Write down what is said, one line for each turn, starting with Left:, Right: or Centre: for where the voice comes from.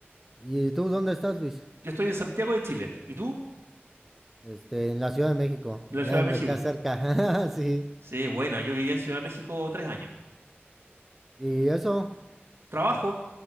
Centre: ¿Y tú dónde estás, Luis?
Right: yo estoy en Santiago de Chile. ¿Y tú?
Centre: Este, en la Ciudad de México.
Right: En la Ciudad
Centre: Ah,
Right: de
Centre: me
Right: México.
Centre: queda cerca. <laughs> Sí.
Right: Sí, buena, yo viví en Ciudad de México tres años.
Centre: ¿Y eso?
Right: Trabajo,